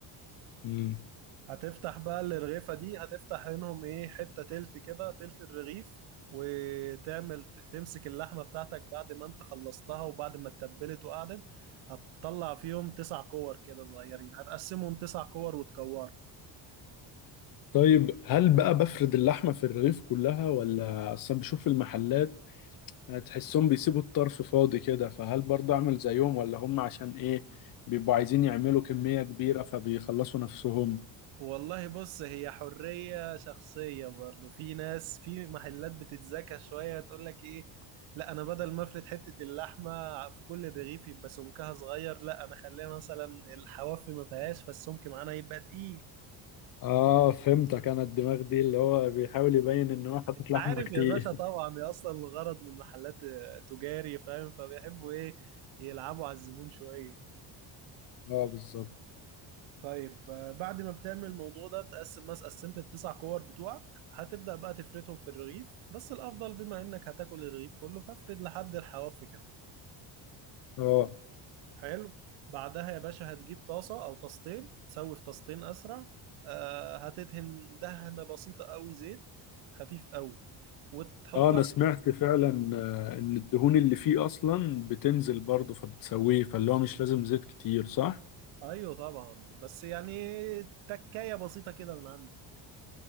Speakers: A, on the left (about 50°); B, on the right (about 75°).
A: مم.
B: هتفتح بقى الرغيفة دي هتفتح منهم ايه حتة تلت كده تلت الرغيف وتعمل ت- تمسك اللحمة بتاعتك بعد ما انت خلصتها وبعد ما اتبلت وقعدت هتطلع فيهم تسع كور كده صغيرين هتقسمهم تسع كور وتكورهم
A: طيب هل بقى بفرد اللحمة في الرغيف كلها ولا اصلا بشوف في المحلات آه، تحسهم بيسيبوا الطرف فاضي كده فهل برضه اعمل زيهم ولا هم عشان ايه بيبقوا عايزين يعملوا كمية كبيرة فبيخلصوا نفسهم
B: والله بص هي حرية شخصية برضو في ناس في محلات بتتذكى شوية تقول لك ايه لا انا بدل ما افرد حتة اللحمة في كل الرغيف يبقى سمكها صغير لا انا خليها مثلا الحواف ما فيهاش فالسمك معانا يبقى تقيل
A: اه فهمتك انا الدماغ دي اللي هو بيحاول يبين ان هو حاطط لحمة
B: عارف
A: كتير
B: يا باشا
A: <laughs>
B: طبعا هي اصلا الغرض من محلات آه، تجاري فاهم فبيحبوا ايه يلعبوا على الزبون شويه
A: اه بالظبط
B: طيب آه، بعد ما بتعمل الموضوع ده بتقسم مثلا قسمت التسع كور بتوعك هتبدأ بقى تفردهم في الرغيف بس الافضل بما انك هتاكل الرغيف كله فافرد لحد الحواف كمان
A: اه
B: حلو بعدها يا باشا هتجيب طاسه او طاستين تسوي في طاستين اسرع آه، هتدهن دهنه بسيطه قوي زيت خفيف قوي وتحط
A: اه انا سمعت فعلا آه، ان الدهون اللي فيه اصلا بتنزل برضه فبتسويه فاللي هو مش لازم زيت كتير صح
B: ايوه طبعا بس يعني تكاية بسيطة كده من عندك